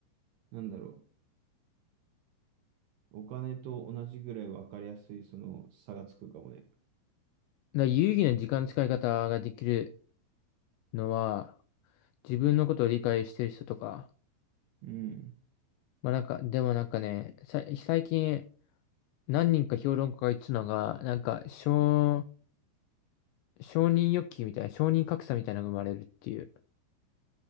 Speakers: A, on the right; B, on the left.
A: なんだろう、お金と同じぐらい分かりやすい、その差がつくかもね。
B: ら有意義な時間の使い方ができる。のは、自分のことを理解してる人とか、
A: うん。
B: まあなんか、でもなんかね、さ、最近何人か評論家が言ってたのが、なんか、承、承認欲求みたいな、承認格差みたいなのが生まれるっていう。